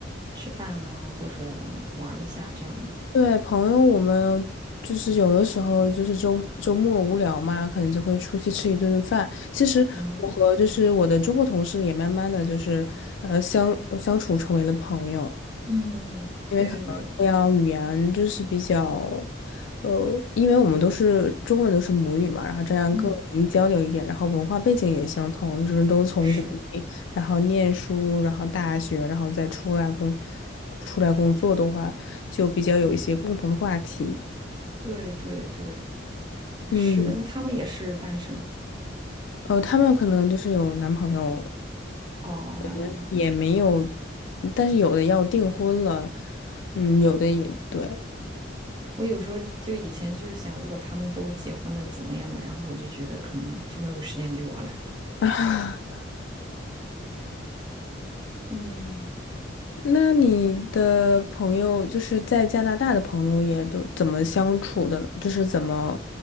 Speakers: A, on the right (about 25°); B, on the left (about 75°).
A: 吃饭啊，或者玩儿一下这样吗？
B: 对，朋友，我们就是有的时候就是周周末无聊嘛，可能就会出去吃一顿饭。其实我和就是我的中国同事也慢慢的就是呃相相处成为了朋友。
A: 嗯，嗯对对对。
B: 因为可能这样语言就是比较，呃，因为我们都是中文都是母语嘛，然后这样更容易交流一点，
A: 嗯
B: 然后文化背景也相同，就是都从国内，
A: 是，
B: 然后念书，然后大学，然后再出来工，出来工作的话，就比较有一些共同的话题。
A: 对对对，
B: 嗯，
A: 是的，那他们也是单身
B: 呃，他们可能就是有男朋友，
A: 哦。
B: 呃，也没有，但是有的要订婚了，嗯，有的也对。
A: 我有时候就以前就是想，如果他们都结婚了怎么样的？然后我就觉得可能就没有时间理我了。
B: <laughs>
A: <laughs> 嗯
B: 那你的朋友就是在加拿大的朋友也都怎么相处的呢？就是怎么